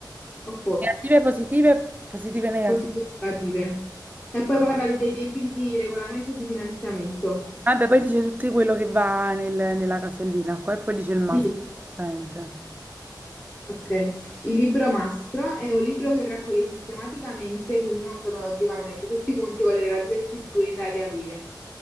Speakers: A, on the left; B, on the right.
A: opposto,
B: negative, positive, positive e negative.
A: positive e negative. E poi parla dei debiti di regolamento e di finanziamento.
B: Vabbè, poi dice tutto quello che va nel- nella casellina qua e poi dice il massimo.
A: Sì,
B: esattamente.
A: Ok, il libro mastro è un libro che raccoglie sistematicamente, quindi non cronologicamente, tutti i conti con le relative scritture in dare e avere.